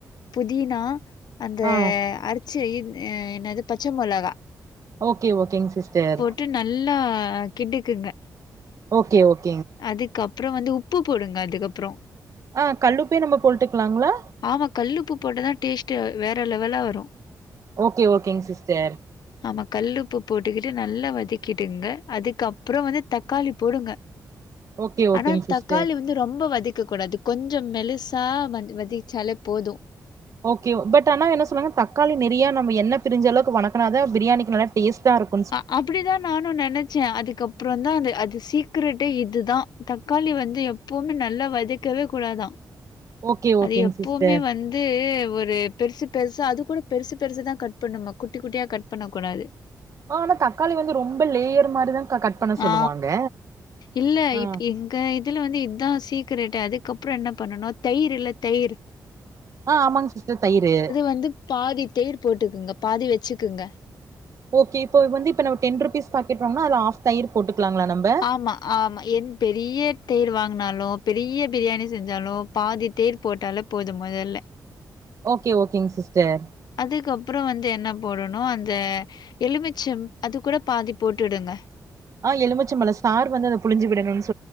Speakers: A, on the left (about 80°); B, on the right (about 50°).
A: புதினா அந்த
B: ஆ
A: அறுத் செயின் என்னது பச்ச மொளகா
B: ஓகே ஓகேங் சிஸ்டர்
A: ட்டு நல்லா கிண்டிக்குங்க
B: ஓகே ஓக்
A: அதுக்கப்றோ வந்து உப்பு போடுங்க அதுக்கப்றோ
B: அ கல்லுப்பே நம்ப போட்டுக்ளாங்ளா
A: ஆமா கல்லுப்பு போட்டதா டேஸ்ட்டே வேற லெவலா வரு
B: ஓகே ஓகேங் சிஸ்டர்
A: ஆமா கல்லுப்பு போட்டுகிட்டு நல்லா வதக்கிடுங்க அதுக்கப்றோ வந்து தக்காளி போடுங்க
B: ஓகே ஓகேங்
A: ஆனா
B: சிஸ்டர்
A: தக்காளி வந்து ரொம்ப வதைக்க கூடாது கொஞ்ச மெலிசா வந்து வதச்சாலே போது
B: ஓகே பட் ஆனா என்ன சொன்னாங்க தக்காளி நெறைய நம்ம எண்ண பிரிஞ்சளவுக்கு வணக்குனாதா பிரியாணிக்கி நல்லா டேஸ்ட்டாருக்
A: அ அப்பிடிதா நானு நெனச் சே அதுக்கப்பறந்தா அந்த அது சீக்கரட்டே இதுதா தக்காளி வந்து எப்போமே நல்லா வதக் கவே கூடாதா
B: ஓகே ஓகேங்
A: அது எப்போமே
B: சிஸ்டர்
A: வந் து ஒரு பெருசா பெருசா அது கூட பெருசு பெருசுதா கட் பண்ணுமா குட்டி குட்டியா கட் பண்ணக்கூடாது
B: ஆ ஆனா தக்காளி வந்து ரொம்ப லேயர் மாரி தா கட் பண்ண சொல்லுவாங்க
A: ஆ இல்ல
B: ஆ
A: இப்ப இதுல வந்து இதுதா சீக்கரட் அதுக்கப்றோ என்ன பண்ணனு தயிரு இல்ல தயிரு
B: ஆ ஆமாங் சிஸ்டர் தயிரு
A: வந்து பாதி தெயிர் போட்டுக்குங்க பாதி வெச்சுக்குங்க
B: ஓகே இப்ப இ வந்து இப்ப நம்ம டென் ருபீஸ் பாக்கெட் வாங்குனா அதுல ஆஃப் தயிர் போட்டுக்கலாங்ளா நம்ம
A: ஆமா ஆமா ஏ பெரிய தெயிர் வாங்கினாலோ பெரிய பிரியாணி செஞ்சாலோ பாதி தெயிர் போட்டாலே போது போது மொதல்ல
B: ஓகே ஓகேங் சிஸ்டர்
A: அதுக்கப்பறோ வந்து என்ன போடணு அந்த எலுமிச்சம் அது கூட பாதி போட்டுவுடுங்க
B: ஆ எலுமிச்ச பழோ சாரு வந்து புழுஞ்சு விடணுன்னு சொ